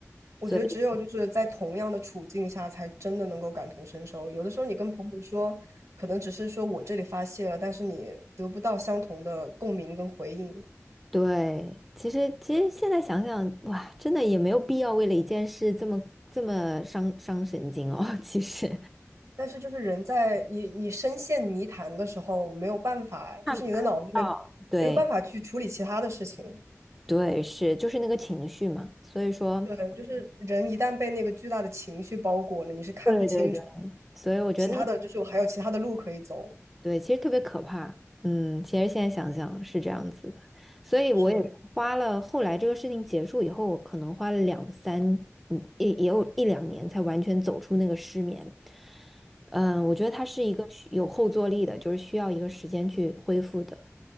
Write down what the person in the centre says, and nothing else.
所以
对，其实其实现在想想，哇，真的也没有必要为了一件事这么这么伤伤神经哦。<laughs> 其实
看看不到，对
对，是就是那个情绪嘛，所以说。
对对对，所以我觉得那个
对，其实特别可怕。嗯，其实现在想想是这样子的，所以我也花了后来这个事情结束以后，
我可能花了两三，嗯，也也有一两年才完全走出那个失眠。嗯，我觉得它是一个需有后坐力的，就是需要一个时间去恢复的。